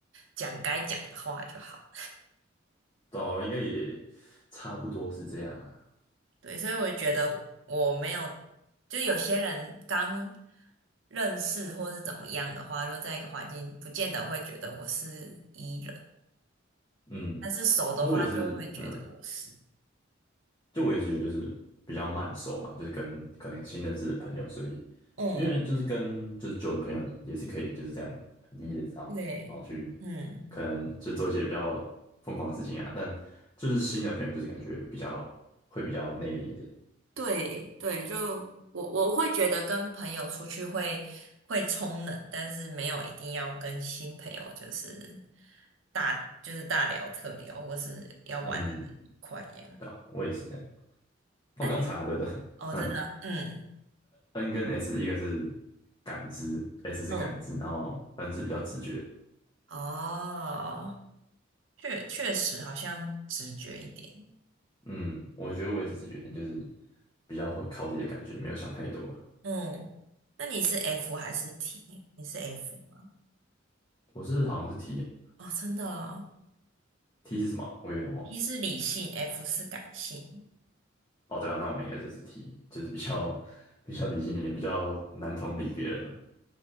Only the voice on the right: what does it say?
讲该讲的话就好。
对，所以我就觉得我没有，就有些人刚认识或是怎么样的话，就在一个环境，不见得会觉得我是 E 人，
但是熟的话就会觉得我是。
嗯，
对，嗯，
对对，就我我会觉得跟朋友出去会会冲冷，但是没有一定要跟新朋友就是大就是大聊特聊，或是要玩的很愉快一样。
那你
哦，
真的，嗯
嗯。
哦，确确实好像直觉一点。
嗯，那你是 F 还是 T？你是 F 吗？
哦，真的哦
，T 是理性，F 是感性。